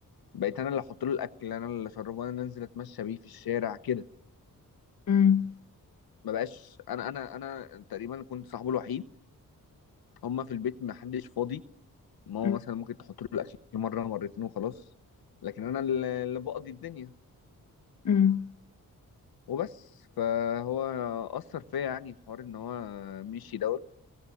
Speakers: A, on the left; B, on the left.
A: بقيت انا اللي احط له الاكل انا اللي اشربه انا اللي انزل اتمشى بيه في الشارع كده
B: مم.
A: ما بقاش انا انا انا تقريبا كنت صاحبه الوحيد هما في البيت ما حدش فاضي ماما
B: مم.
A: مثلا ممكن تحط له الاكل مره مرتين وخلاص لكن انا اللي اللي بقضي الدنيا
B: مم.
A: وبس فهو اثر فيا يعني حوار ان هو مشي دوت